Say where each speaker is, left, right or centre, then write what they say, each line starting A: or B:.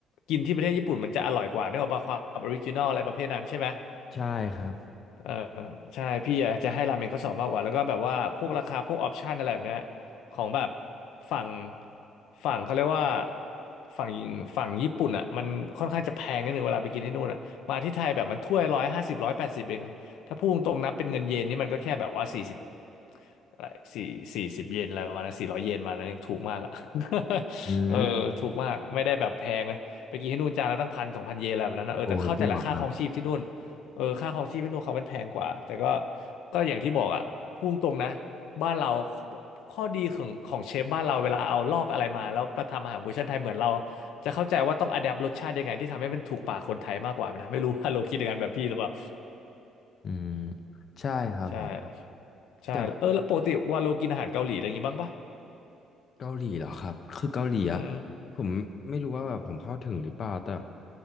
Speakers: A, on the left; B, on the left.
A: กินที่ประเทศญี่ปุ่นมันจะอร่อยกว่านึกออกป่ะความออริจินอลอะไรประเภทนั้นใช่ไหม
B: ใช่ครับ
A: เออใช่พี่อาจจะให้ราเมงเขาสอบมากกว่าแล้วก็แบบว่าพวกราคาพวกออปชันอะไรแบบเนี้ยของแบบฝั่งฝั่งเขาเรียกว่าฝั่งฝั่งญี่ปุ่นอ่ะมันค่อนข้างจะแพงนิดนึงเวลาไปกินที่นู่นอ่ะมาที่ไทยแบบมันถ้วยร้อยห้าสิบร้อยแปดสิบเองถ้าพูดตรงๆนับเป็นเงินเยนนี่มันก็แค่แบบว่าสี่สิบอะไรสี่สี่สิบเยนอะไรประมาณนั้นสี่ร้อยเยนมานั้นยังถูกมากอ่ะ <laughs>
B: อืม
A: เออถูกมากไม่ได้แบบแพงเลยไปกินที่นู่นจานละตั้งพันสองพันเยนอะไรแบบนั้นนะเออแต่เข้าใจแหละค่าครองชีพที่นู่น
B: โอ้จริงเหรอครับ
A: เออค่าครองชีพให้พวกเขามันแพงกว่าแต่ก็ก็อย่างที่บอกอะพูดตรงนะบ้านเราข้อดีของของเชฟบ้านเราเวลาเอาลอกอะไรมาแล้วมาทำอาหารเวอร์ชันไทยเหมือนเราจะเข้าใจว่าต้องอัดแอปรสชาติยังไงที่ทำให้มันถูกปากคนไทยมากกว่านะไม่รู้ว่า <laughs> โลคิดอย่างนั้นแบบพี่หรือเปล่า
B: อืมใช่ครับผม
A: ใช่ใช่เออแล้วปกติว่าโลกินอาหารเกาหลีอะไรอย่างงี้บ้างปะ
B: แต่เกาหลีเหรอครับคือเกาหลีอะ
A: อืม
B: ผมไม่รู้ว่าแบบผมเข้าถึงหรือเปล่าแต่